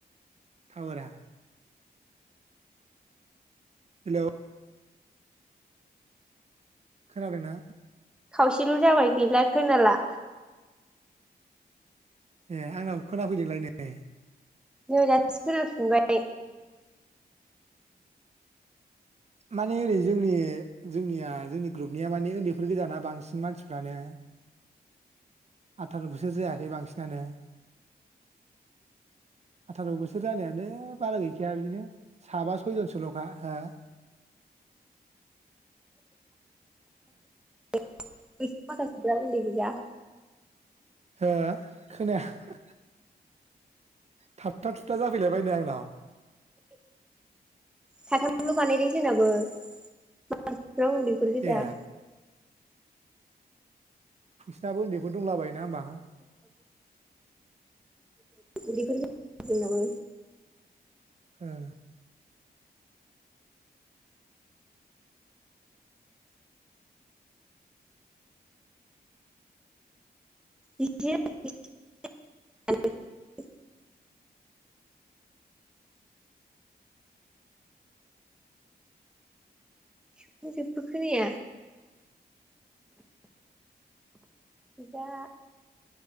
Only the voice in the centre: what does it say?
खावसेल जाबाय गैला खोनला।
नैराथि। खोनाफिनबाय
बैसोर माखासेफोरा उनदै गोजा
साथामल बानायदों जोंनाबो ज्राव उन्दैफोर गोजा
उन्दैफोर दं जोंनाबो
<unintelligible> आयौ जेब्बो खोनाया बिदा